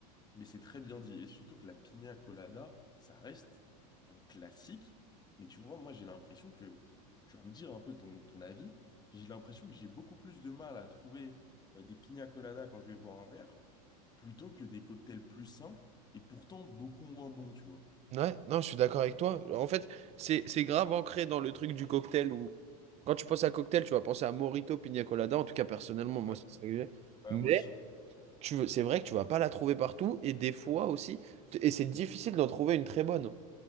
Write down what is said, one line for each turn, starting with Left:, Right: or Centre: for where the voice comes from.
Left: Mais c'est très bien dit. Et surtout que la piña colada, ça reste un classique. Mais tu vois, moi, j'ai l'impression que... Tu vas me dire un peu ton, ton avis. J'ai l'impression que j'ai beaucoup plus de mal à trouver euh, des piña colada quand je vais boire un verre plutôt que des cocktails plus simples et pourtant beaucoup moins bons, tu vois.
Right: Ouais, non, je suis d'accord avec toi. En fait, c'est c'est grave ancré dans le truc du cocktail où quand tu penses à cocktail, tu vas penser à Morito, Pina Colada. En tout cas, personnellement, moi,
Left: Ouais,
Right: c'est ça que j'ai.
Left: ouais,
Right: Mais
Left: moi aussi.
Right: tu veux, c'est vrai que tu vas pas la trouver partout et des fois aussi, t- et c'est difficile d'en trouver une très bonne.